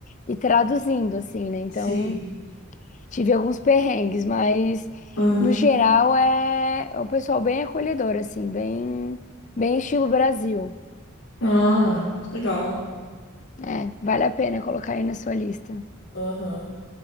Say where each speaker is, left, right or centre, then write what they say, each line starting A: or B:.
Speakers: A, on the left; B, on the left.
A: ir traduzindo, assim, né? Então,
B: Sim.
A: tive alguns perrengues, mas
B: Uhum.
A: no geral é é um pessoal bem acolhedor, assim, bem, bem estilo Brasil.
B: Ah, que legal.
A: É, vale a pena colocar aí na sua lista.
B: Aham.